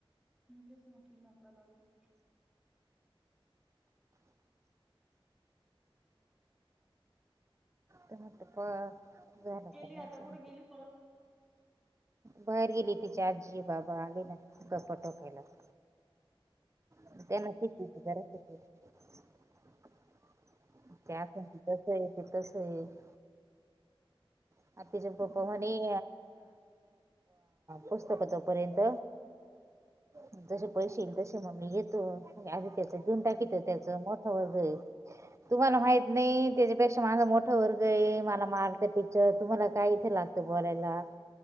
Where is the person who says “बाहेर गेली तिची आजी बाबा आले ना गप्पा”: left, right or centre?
Right